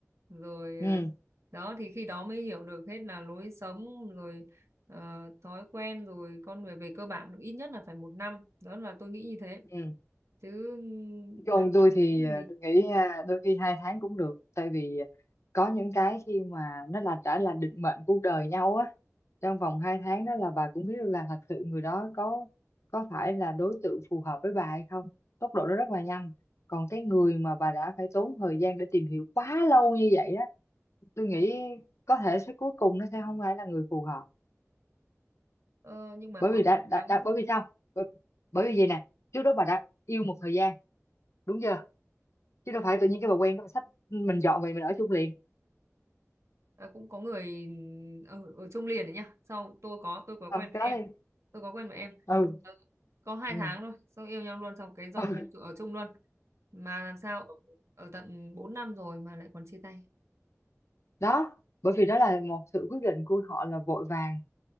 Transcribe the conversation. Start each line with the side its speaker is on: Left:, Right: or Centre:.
Right: rồi
Left: ừ
Right: ờ, đó thì khi đó mới hiểu được hết là lối sống rồi ờ, thói quen rồi con người về cơ bản ít nhất là phải một năm đó là tôi nghĩ như thế
Left: ừ
Right: chứ ừm,
Left: còn
Right: <laughs> hai
Left: tôi thì
Right: tháng
Left: ờ,
Right: thì
Left: tôi nghĩ ờ, đôi khi hai tháng cũng được tại vì ờ, có những cái khi mà nó là đã là định mệnh cuộc đời nhau á trong vòng hai tháng đó là bà cũng biết được là thật sự người đó có có phải là đối tượng phù hợp với bà hay không tốc độ nó rất là nhanh còn cái người mà bà đã phải tốn thời gian để tìm hiểu quá lâu như vậy á tôi nghĩ có thể sẽ cuối cùng nó sẽ không phải là người phù hợp
Right: ờ, nhưng mà
Left: bởi
Right: có
Left: vì đã,
Right: hai
Left: đã,
Right: tháng
Left: đã bởi vì sao bởi, bởi vì gì nè trước đó bà đã yêu một thời gian đúng chưa chứ đâu phải tự nhiên cái bà quen cái bà xách mình dọn về mình ở chung liền
Right: Ờ, cũng có người ở, ở trong liền đấy nhá sau tôi có tôi có
Left: ừ,
Right: quen với
Left: cái đó
Right: em
Left: đi
Right: tôi có quen với em
Left: ừ.
Right: Ờ, có hai
Left: ừ.
Right: tháng thôi xong yêu nhau luôn xong cái dọn
Left: <laughs> ừ
Right: về chỗ- ở chung luôn mà làm sao ở, ở tận 4 năm rồi mà lại còn chia tay
Left: đó bởi vì đó là một sự quyết định của họ là vội vàng